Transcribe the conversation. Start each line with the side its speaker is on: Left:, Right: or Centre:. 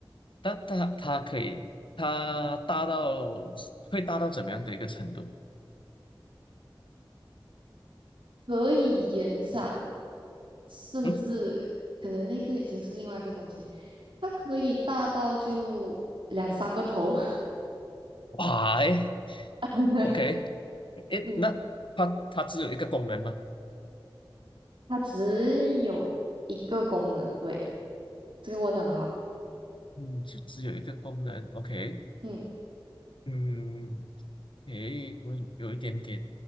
Left: 但它它可以它大到会大到怎么样的一个程度？
Right: 它可以延展，甚至可能那个已经是另外一个东西，
Left: 嗯，
Right: 它可以大到就两三个头。
Left: 哇，诶
Right: <laughs>
Left: ，OK，诶，
Right: 嗯，
Left: 那它它只有一个功能吗？
Right: 它只有一个功能，对，这个问的很好。
Left: 嗯，只只有一个功能，OK，
Right: 嗯。
Left: 嗯。诶，我有一点点，